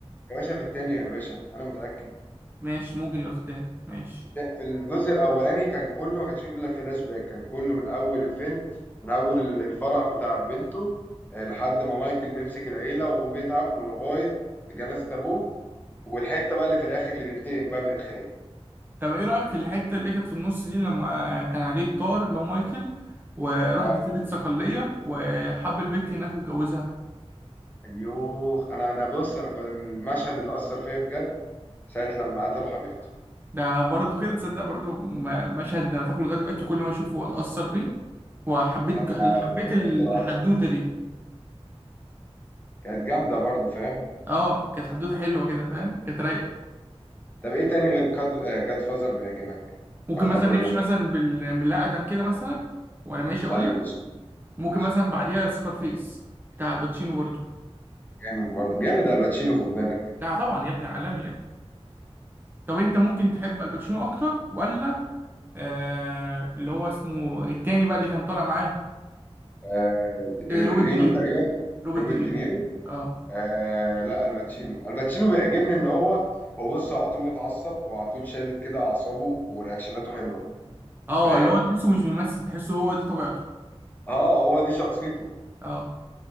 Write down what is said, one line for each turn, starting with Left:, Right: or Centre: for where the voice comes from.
Left: يا باشا في التاني يا باشا أنا متأكد
Right: ماشي ممكن يبقى في التاني ماشي
Left: ده في الجزء الاولاني كان كله ما كانش فيه الا فلاش باك كان كله من اول الفيلم من اول ال- الفرح بتاع بنته آه، لحد ما مايكل بيمسك العيله وابوه بيتعب ولغايه جنازه ابوه والحته بقى اللي في الاخر اللي بينتقم بقى من الخاين
Right: طب ايه رايك في الحته اللي كانت في النص دي لما كان عليه الطار اللي هو مايكل وراح
Left: اه
Right: جزيره صقليه وحب البت هناك واتجوزها
Left: ايوه انا انا بص انا كنت المشهد اللي اثر فيا بجد ساعه لما قتلوا حبيبته
Right: ده برضه كده تصدق برضه م- مشهد ده انا فاكره لغايه دلوقتي كل ما اشوفه اتاثر بيه وحبيت
Left: لما
Right: ك- حبيت
Left: فجرت
Right: الحدوته
Left: العربيه
Right: دي
Left: كانت جامده برضو فاهم
Right: اه كانت حدوته حلوه كده فاهم كانت رايقه
Left: طب ايه تاني غير جاد فازر بيعجبك
Right: ممكن
Left: او الاب
Right: مثلا نمشي
Left: الروحي
Right: مثلا بال... بالله ادم كده مثلا وانا ماشي اقول
Left: طيب قشطه
Right: ممكن
Left: قشطة.
Right: مثلا بعديها سكارفيس بتاع الباتشينو برضو
Left: جامد برضو جامد الباتشينو خد بالك
Right: لا طبعا يا ابني عالمي يا ابني طب انت ممكن تحب الباتشينو اكتر ولا آه اللي هو اسمه التاني بقى اللي كان طالع معاه
Left: آه،
Right: آه
Left: رينو
Right: روبرت دينيرو
Left: تقريبا
Right: روبرت
Left: روبرت
Right: دينيرو
Left: دينيرو
Right: اه
Left: آه لا الباتشينو الباتشينو بيعجبني ان هو هو بص هو على طول متعصب وعلى طول شادد كده اعصابه ورياكشناته حلوه
Right: اه
Left: فاهم
Right: اللي هو تحسه مش بيمثل تحسه هو دي طبيعته
Left: اه هو دي شخصيته
Right: اه